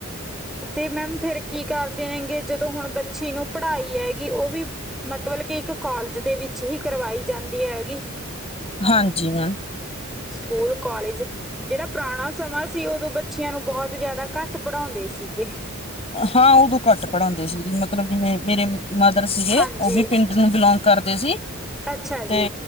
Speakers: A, in the centre; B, on the left (about 30°).
A: ਤੇ ਮੈਮ ਫੇਰ ਕੀ ਕਰਦੇ ਨੇਗੇ ਜਦੋਂ ਹੁਣ ਬੱਚੀ ਨੂੰ ਪੜ੍ਹਾਈ ਹੈਗੀ ਉਹ ਵੀ ਮਤਲਬ ਕਿ ਇੱਕ ਕਾਲਜ ਦੇ ਵਿੱਚ ਹੀ ਕਰਵਾਈ ਜਾਂਦੀ ਹੈਗੀ।
B: ਹਾਂਜੀ ਮੈਮ
A: ਸਕੂਲ, ਕਾਲਜ ਜਿਹੜਾ ਪੁਰਾਣਾ ਸਮਾ ਸੀ ਉਦੋਂ ਬ ਬਚੀਆਂ ਨੂੰ ਬਹੁਤ ਜਾਦਾ ਘੱਟ ਪੜ੍ਹਾਉਂਦੇ ਸੀਗੇ।
B: ਹਾਂ ਉਦੋਂ ਘੱਟ ਪੜ੍ਹਾਉਂਦੇ ਸੀ ਜ ਮਤਲਬ ਜਿਵੇਂ ਮੇਰੇ ਮਦਰ ਸੀਗੇ
A: ਹਾਂਜੀ
B: ਉਹ ਵੀ ਪਿੰਡ ਨੂੰ ਬਿਲੋਂਗ ਕਰਦੇ ਸੀ
A: ਅੱਛਾ
B: ਤੇ
A: ਜੀ